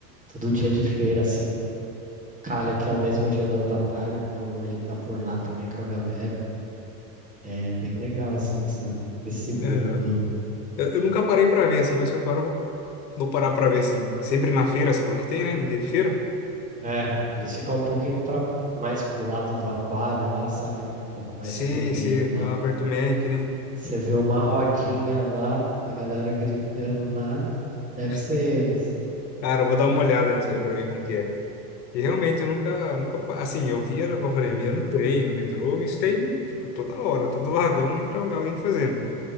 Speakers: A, on the right; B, on the left.
A: todo dia de feira, assim, calha que é o mesmo dia da batalha, então ele tá por lá também com a galera. É bem legal, assim, essa- esse mundo.
B: aham. Eu, eu nunca parei pra ver assim, mas qualquer hora eu vou, vou parar pra ver assim. Sempre na feira, você falou que tem, né? No dia de feira?
A: É, eles ficam um pouquinho pra, mais pro lado do aquário lá, sabe? Um pouco mais
B: Sei,
A: pro meio
B: sei,
A: lá.
B: É lá perto do Mac, né?
A: Você vê uma rodinha lá, da galera gritando lá. Deve
B: <laughs>
A: ser eles.
B: Cara, eu vou dar uma olhada nisso aí pra ver como que é. E realmente eu nunca, nunca, pa- assim, eu via, como eu falei, eu via no trem, no metrô, isso tem, tipo, toda hora, todo vagão entra algu- alguém fazendo.